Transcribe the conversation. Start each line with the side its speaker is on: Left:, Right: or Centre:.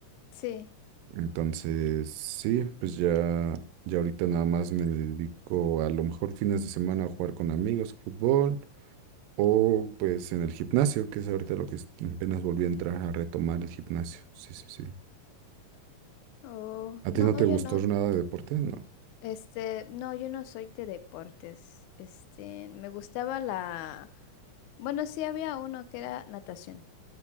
Left: Sí.
Right: Entonces, sí, pues ya, ya ahorita nada más me dedico a lo mejor fines de semana a jugar con amigos, fútbol, o pues en el gimnasio, que es ahorita lo que es- apenas volví a entrar a retomar el gimnasio. Sí, sí, sí.
Left: Oh,
Right: ¿A ti
Left: no,
Right: no te
Left: yo
Right: gustó
Left: no.
Right: nada de deporte? No.
Left: Este, no, yo no soy de deportes. Este, me gustaba la... Bueno, sí había uno que era natación.